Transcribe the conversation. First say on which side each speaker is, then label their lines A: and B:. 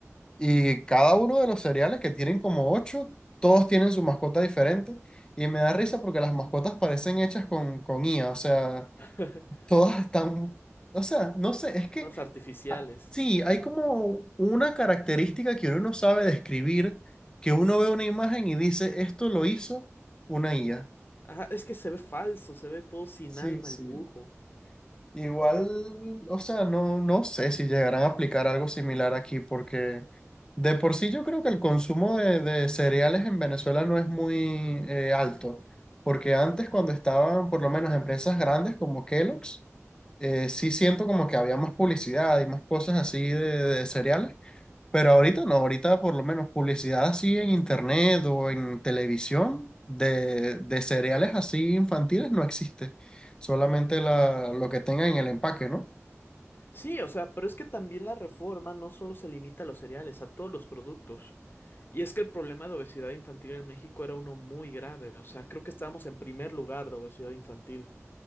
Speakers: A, on the left (about 15°); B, on the left (about 45°).
A: y cada uno de los cereales que tienen como ocho, todos tienen su mascota diferente y me da risa porque las mascotas parecen hechas con, con IA, o sea,
B: <laughs>
A: todas están, o sea, no sé, es que
B: las artificiales.
A: sí, hay como una característica que uno no sabe describir, que uno ve una imagen y dice, esto lo hizo una IA.
B: Ajá, es que se ve falso, se ve todo sin
A: Sí,
B: alma
A: sí.
B: el dibujo.
A: Igual, o sea, no, no sé si llegarán a aplicar algo similar aquí, porque de por sí yo creo que el consumo de, de cereales en Venezuela no es muy eh, alto, porque antes cuando estaban por lo menos empresas grandes como Kellogg's, eh, sí siento como que había más publicidad y más cosas así de, de cereales, pero ahorita no, ahorita por lo menos publicidad así en internet o en televisión de, de cereales así infantiles no existe. Solamente la, lo que tenga en el empaque, ¿no?
B: Sí, o sea, pero es que también la reforma no solo se limita a los cereales, a todos los productos. Y es que el problema de obesidad infantil en México era uno muy grave. O sea, creo que estábamos en primer lugar de obesidad infantil.